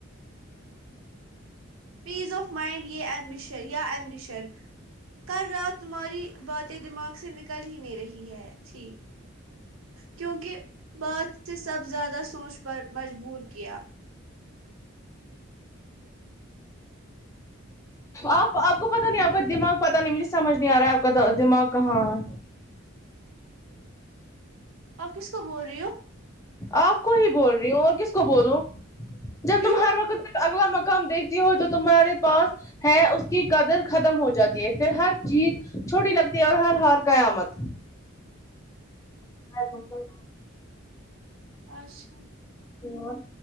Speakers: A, on the right; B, on the left.
A: پیس آف مائنڈ یہ ایمبشن یا ایمبشل کل رات تمہاری باتیں دماغ سے نکل ہی نہیں رہی ہے۔۔ تھی کیونکہ بات تیں سب زیادہ سوچ پر مجبور کیا
B: آپ آپ کو پتا نہیں آپ کا دماغ پتا نہیں مجھے سمجھ نہیں آ رہا ہے آپ کا دماغ کہاں ہے
A: آپ کس کو بول رہی ہو
B: آپ کو ہی بول رہی ہوں اور کس کو بولو جب
A: کیوں
B: تم ہر وقت اگلا مقام دیکھتی ہو جو تمہارے پاس ہے اس کی قدر ختم ہو جاتی ہے پھر ہر چیز چھوٹی لگتی ہے اور ہر ہار قیامت آ <unintelligible>
A: اچھا
B: تم اور